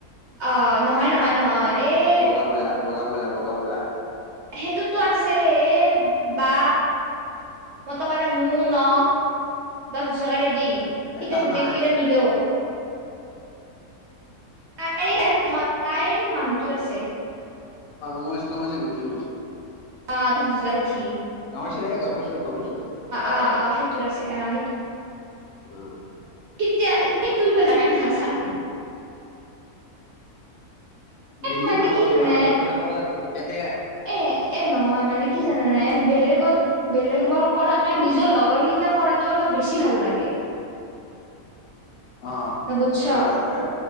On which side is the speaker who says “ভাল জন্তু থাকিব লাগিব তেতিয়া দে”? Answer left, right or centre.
Left